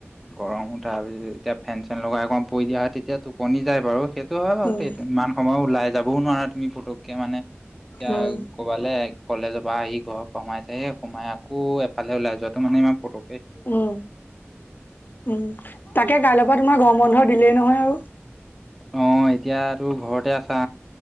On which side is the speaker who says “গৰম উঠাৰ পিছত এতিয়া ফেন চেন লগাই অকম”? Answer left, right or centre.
Centre